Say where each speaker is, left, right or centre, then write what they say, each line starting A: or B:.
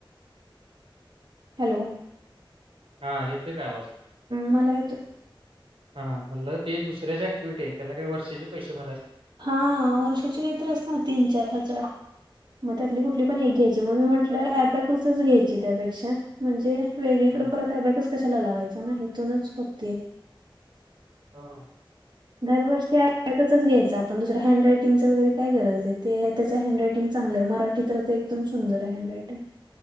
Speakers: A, on the right; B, on the right.
A: हॅलो..
B: हा येतोय काय आवाज.
A: मला तर..
B: हां म्हणलं ते दुऱ्या क्ि्हिटी आहेत त्याला काही वर्षाचे पैसे भरायचे.
A: हा वर्षाची काहीतरी अस ना तीन चार हजार मग त्यातली कुठे.. ण एक घ्याय मग म्हटच
B: विचारायला
A: घ्याय त्यापेक्षा म्हणजे वेग
B: हां,
A: परत.. कशाला लावायचा ना हथूनच होते.
B: हा.
A: दरवर्षीच घ्यायच आपण दुसर हँड राट.. वैरे काय गरज आहे ते त्याच हँड रायटिंग चांगलं आहे मराठीत तर एकदम सुंदर आहे हँड रायटिंग.